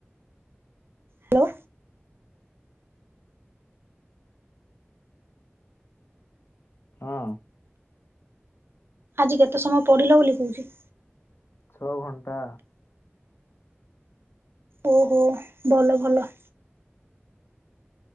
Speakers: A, on the right; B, on the left.
A: ହାଲୋ।
B: ହଁ।
A: ଆଜି କେତେ ସମୟ ପଢ଼ିଲ ବୋଲି କୋହୁଛି।
B: ଛଅ ଘଣ୍ଟା।
A: ଓହୋ ଭଲ ଭଲ।